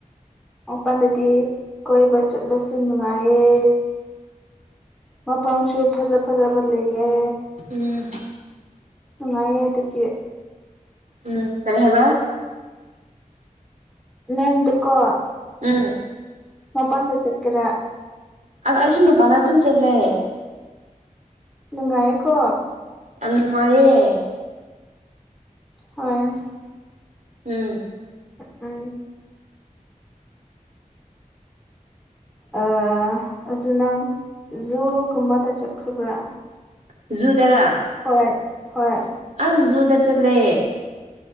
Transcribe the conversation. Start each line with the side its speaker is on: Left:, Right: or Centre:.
Centre: ꯃꯄꯥꯟꯗꯗꯤ ꯀꯣꯏꯕ ꯆꯠꯂꯁꯨ ꯅꯨꯡꯉꯥꯏꯌꯦ ꯃ ꯄꯥꯡꯁꯨ ꯐꯖ ꯐꯖꯕ ꯂꯩꯌꯦ
Right: ꯎꯝ
Centre: ꯅꯨꯡꯉꯥꯏꯌꯦ ꯑꯗꯨꯗꯤ
Right: ꯎꯝꯔꯦꯕ
Centre: ꯅꯪꯗꯨꯀ
Right: ꯎꯝ
Centre: ꯃꯄꯥꯟꯗ ꯆꯀꯔꯦ
Right: ꯑ ꯑꯁꯨꯃꯦ ꯄꯗ ꯑꯗꯨꯝ ꯆꯠꯂꯦ
Centre: ꯅꯨꯡꯉꯥꯏꯌꯦꯀꯣ
Right: ꯑꯅꯨꯡꯉꯑꯦ
Centre: ꯍꯣꯏ
Right: ꯎꯝ
Centre: ꯑ ꯎ ꯑꯗꯨ ꯅꯪ ꯖꯨꯒꯨꯝꯕ ꯇ ꯆꯠꯈ꯭ꯔꯤꯕ꯭ꯔꯥ
Right: ꯖꯨꯗꯔꯥ
Centre: ꯍꯣꯏ ꯍꯣꯏ
Right: ꯑꯁꯖꯨꯗ ꯆꯂꯦ